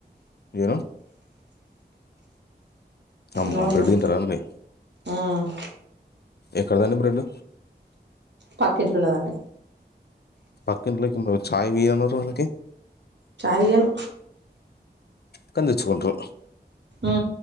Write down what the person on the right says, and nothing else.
నో
నో
ఉమ్
పక్కెట్లు ఉన్నదాన్ని
చాలగాను
ఉ